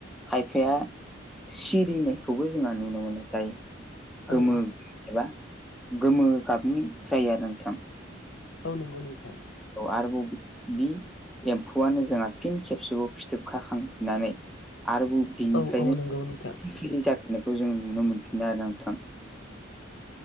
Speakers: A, in the centre; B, on the left.
A: खायफाया सिरिनायखौबो जोंहा नुनो मोनो जाय गोमो
B: औ औ
A: एबा गोमो गाबनि जायो आरो नोंथां।
B: औ नंगौ नोंथां।
A: औ आरोबाव बि एम्फौआनो जोंहा फिन खेबसेबाव फिथोब खाखांफिननानै आरोबाव बिनिफ्रायनो
B: औ औ नंगौ नोंथां
A: सिखिरि जाफिन्नायखौ जों नुनो मोनफिनो आरोना नोंथां।